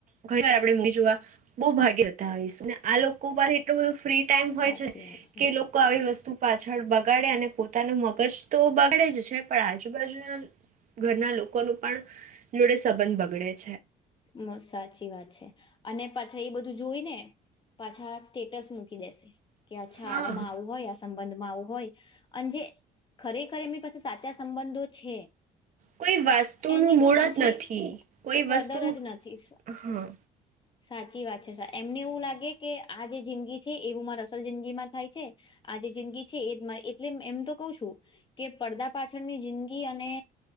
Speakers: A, on the right; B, on the left.
A: ઘણી વાર આપણેે મ જોવા બહુ ભાગ્યતા આવીશું ને આ લોકો પાસે એટલું બધું. ફ્રી ટાઈમ હોય
B: સાચી
A: છે ને
B: વાત
A: કે લોકો આવી વસ્તુ. પાછળ બગાડે અને પોતાનું મગજ. તો બગડે જ છે પણ આજુબાજુના ઘરના લોકો ન પણ જોડે સંબંધ બગડે છે.
B: બ સાચી વાત છે. અને પાછા એ બધું જોઈ ને પાછા સ્ટેટસ મૂકી દેશે. કે અચ્છા
A: હા
B: આવામાં આવું હોય આ. સંબંધમાં આવું હોય અને જે ખરેખર એમની પાસે સાચા સંબંધો છે.
A: કોઈ વાસ્તુ
B: એની
A: નું મૂળ
B: તો પછી
A: જ નથી. કોઈ
B: કદર
A: વસ્તુ
B: જ નથી
A: હા.
B: સાચી વાત છે સા એમને એવું લાગે કે આ જે જિંદગી છે એવું મારે અસલ જિંદગી માં થાય છે આ જે જિંદગી છે. એ જ મારી એટલે એમ તો કહ છું કે પડદા પાછળની જિંદગી અને